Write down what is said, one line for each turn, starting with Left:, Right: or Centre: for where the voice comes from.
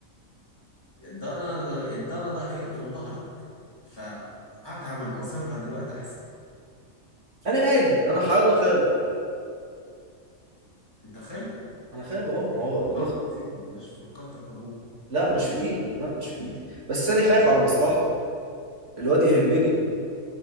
Left: الضنا الضنا ده هيقطم ظهرك فهاتها من قصرها دلوقتي احسن
Right: انا مالي انا حيالله خاله
Left: انت خايف
Right: انا خاله اه ما هو ابن
Left: اه
Right: اختي
Left: نسيت معلش فكرتك ابوك
Right: لا
Left: معلش
Right: مش في ايدي لا مش في ايدي بس انا خايف على مصلحته الواد يهمني